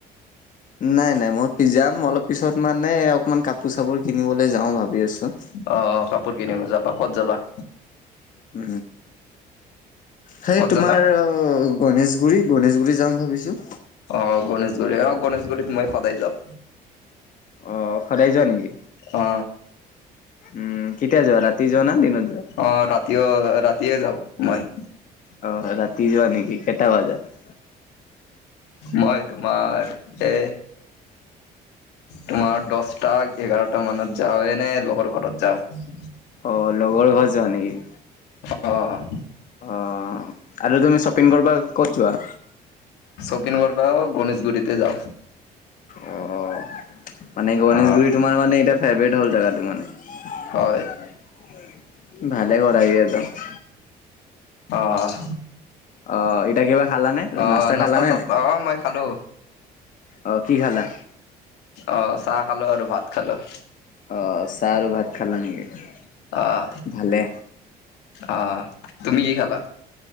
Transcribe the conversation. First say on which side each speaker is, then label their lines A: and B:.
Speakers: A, on the left; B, on the left.
A: নাই নাই মই কি যাম অলপ পিছত মানে অকমান কাপোৰ চাপোৰ কিনিবলৈ যাওঁ ভাবি আছো।
B: অ' কাপোৰ কিনিব যাবা ক'ত যাবা?
A: উ সেই
B: ক'ত
A: তোমাৰ
B: যাবা
A: অ' গণেশগুৰি, গনেশগুৰি যাম ভাবিছো।
B: অ' গণেশগুৰি অ' গণেশগুৰিত মই সদায় যাওঁ।
A: অ' সদায় যোৱা নেকি
B: অ
A: উম, কেতিয়া যোৱা ৰাতি যোৱা না দিনত যোৱা।
B: অ' ৰাতিও ৰাতিয়ে যাওঁ মই।
A: অ ৰাতি যোৱা নেকি কেইটা বজাত।
B: মই তোমাৰ এ তোমাৰ দহটা, এঘাৰটা মানত যাও এনে লগৰটোৰ ঘৰত যাওঁ।
A: অ' লগৰ ঘৰৰ যোৱা নেকি?
B: অ'।
A: অ' আৰু তুমি শ্বপিং কৰিব ক'ত যোৱা।
B: শ্বপিং কৰবাও গণেশগুৰিতে যাওঁ।
A: অ' মানে গণেশগুৰি
B: অ
A: তোমাৰ মানে এ ফেভাৰেট হ'ল জেগাটো মানে।
B: হয়।
A: ভালে কৰা এৰিয়াত যাওঁ।
B: অহ।
A: অ', এতিয়া কিবা খালানে,
B: অ'নাস্তা-চাস্তা
A: নাস্তা খালানে নাই?
B: অ' মই খালো।
A: অ' কি খালা।
B: অ' চাহ খালো আৰু ভাত খালো।
A: অ' চাহ আৰু ভাত খালা নেকি?
B: অ'
A: ভালে,
B: আহ তুমি কি খাবা।